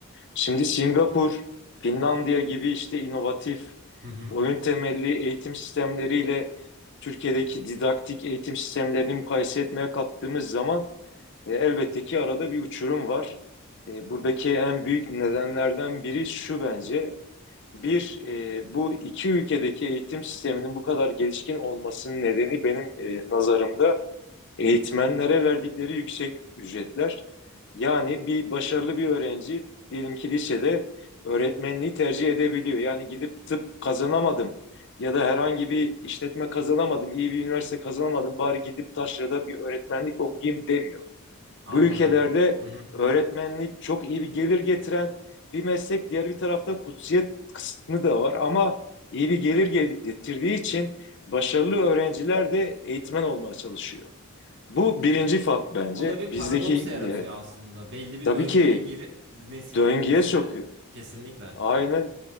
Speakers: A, on the left; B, on the right.
A: Şimdi Singapur, Finlandiya gibi işte inovatif
B: Hı hı.
A: oyun temelli eğitim sistemleriyle Türkiye'deki didaktik eğitim sistemlerini mukayese etmeye kalktığımız zaman E, elbette ki arada bir uçurum var. E, buradaki en büyük nedenlerden biri şu bence. Bir, e, bu iki ülkedeki eğitim sisteminin bu kadar gelişkin olmasının nedeni benim e, nazarımda eğitmenlere verdikleri yüksek ücretler. Yani bir başarılı bir öğrenci diyelim ki lisede öğretmenliği tercih edebiliyor. Yani gidip tıp kazanamadım ya da herhangi bir işletme kazanamadım, iyi bir üniversite kazanamadım, bari gidip taşrada bir öğretmenlik okuyayım demiyor.
B: Anladım.
A: Bu ülkelerde
B: Hı hı.
A: öğretmenlik çok iyi bir gelir getiren bir meslek. Diğer bir tarafta kutsiyet kısmı da var ama iyi bir gelir getirdiği için başarılı öğrenciler de eğitmen olmaya çalışıyor. Bu birinci fark bence.
B: Bu da bir
A: Bizdekiyle
B: paradoks yaratıyor aslında. Belli bir
A: tabii
B: döngüye
A: ki
B: girip nesilden
A: döngüye
B: nesile.
A: sokuyor.
B: Kesinlikle.
A: Aynen